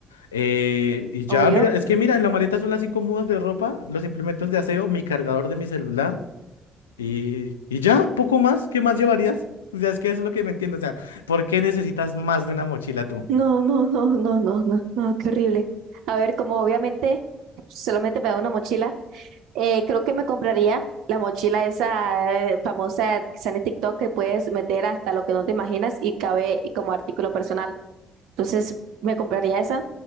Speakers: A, on the left; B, on the right.
A: Eh, y ya,
B: Obvio.
A: mira, es que mira, en la maleta son las cinco mudas de ropa, los implementos de aseo, mi cargador de mi celular. Y, y ya, poco más, ¿qué más llevarías? O sea, es que eso es lo que me entiendo. O sea, ¿por qué necesitas más de una mochila tú?
B: No, no, no, no, no, no, no, qué horrible. A ver, como obviamente solamente me da una mochila. Eh, creo que me compraría la mochila esa eh, famosa que sale en TikTok que puedes meter hasta lo que no te imaginas y cabe como artículo personal. Entonces, me compraría esa.